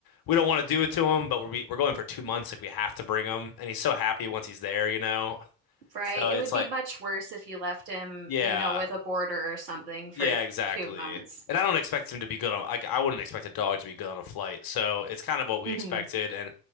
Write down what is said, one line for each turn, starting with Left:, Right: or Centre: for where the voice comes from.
Left: we don't want to do it to him, but we're we're going for two months. Like we have to bring him, and he's so happy once he's there, you know.
Right: Right.
Left: So
Right: It
Left: it's
Right: would be
Left: like,
Right: much worse if you left him,
Left: yeah.
Right: you know, with a border or something for
Left: Yeah, exactly.
Right: two months.
Left: And I don't expect him to be good on I, I wouldn't expect a dog to be good on a flight. So it's kind of what we
Right: hmm
Left: expected and